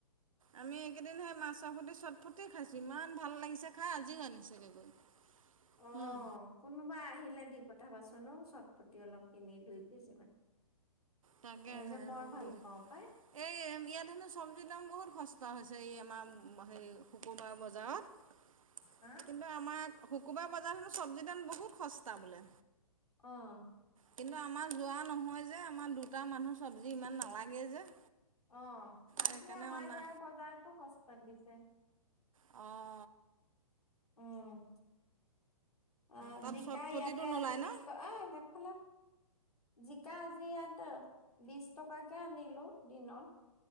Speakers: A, on the right (about 65°); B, on the left (about 85°).
A: আমি এইকেইদিন সেই মাছ সৈতি চটফটি খাইছো ইমান ভাল লাগিছে খাই আজিও আনিছেগে গৈ।
B: <inaudible>
A: হুম,
B: কোনোবা আহিলে দি পঠাবাচোন ঔ চটপতি অলপ কিনি দুই কেজি মান।
A: তাকে
B: মই যে
A: হে
B: বৰ ভাল
A: দি
B: পাও পাই।
A: এই ইয়াত হেনো চবজিৰ দাম বহুত সস্তা হৈছে এই আমাৰ সেই শুকুবাৰ বজাৰ কিন্ত
B: হা?
A: কিন্তু আমাৰ শুকুবাৰ বজাৰতখনো চবজি দাম বহুত সস্তা বোলে।
B: অ',
A: কিন্তু আমাৰ যোৱা নহয় যে আমাৰ দুটা মানুহ চবজি ইমান নালাগে যে।
B: অ, আজি
A: সেইকাৰণে
B: আমাৰ
A: অনা
B: ইয়াৰ বজাৰতো সস্তাত দিছে।
A: অ',
B: উম, অ,
A: তাত
B: জিকা
A: চটফটিটো
B: ইয়াতে
A: নোলায়
B: আজি বিচ
A: ন?
B: টকা, ঐ সেইফালে জিকা আজি ইয়াত বিশ টকাকে আনিলো দিনত।